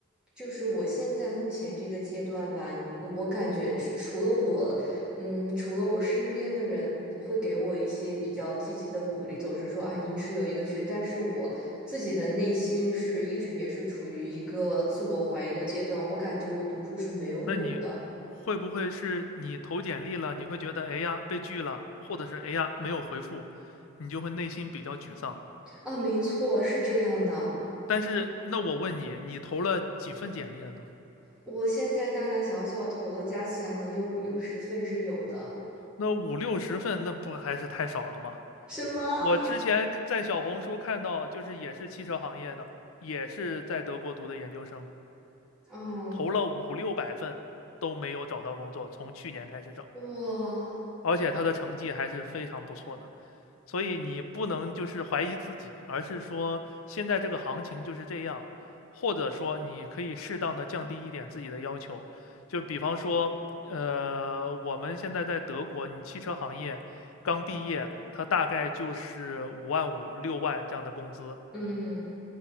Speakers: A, in the centre; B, on the left.
A: 就是我现在目前这个阶段吧，你我感觉除了我，嗯，除了我身边的人会给我一些比较积极的鼓励，总是说啊，您持有一个学，但是我。自己的内心是一直也是处于一个自我怀疑的阶段，我感觉我读书是没有用的
B: 那你会不会是你投简历了，你会觉得哎呀被拒了，或者是哎呀没有回复，你就会内心比较沮丧？
A: 啊，没错，是这样的。
B: 但是那我问你，你投了几份简历了呢？
A: 我现在大大小小投了，加起来能有五六十份是有的。
B: 那五六十份，那不还是太少了吗？
A: 什么？
B: 我之前跟在小红书看到，就是也是汽车行业的，也是在德国读的研究生，
A: 嗯，
B: 投了五六百份都没有找到工作，从去年开始找，
A: 哇，
B: 而且他的成绩还是非常不错的。所以你不能就是怀疑自己，而是说现在这个行情就是这样，或者说你可以适当的降低一点自己的要求，就比方说，呃，我们现在在德国，你汽车行业刚毕业，它大概就是五万五、六万这样的工资，
A: 嗯。